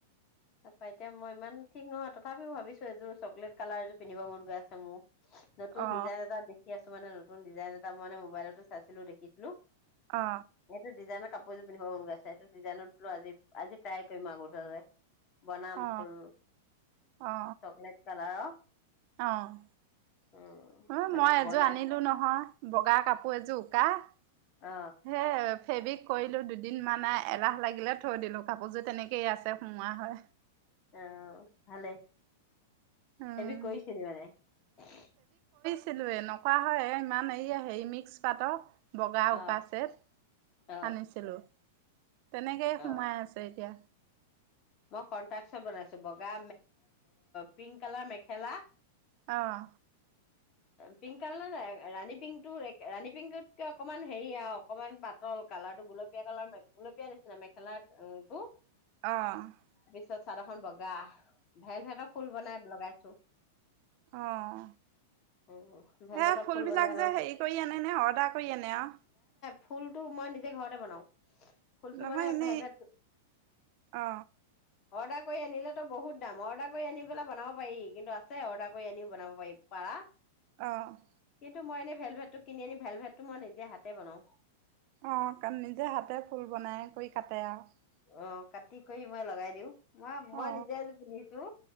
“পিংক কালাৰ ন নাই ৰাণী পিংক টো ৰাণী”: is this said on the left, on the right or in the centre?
Left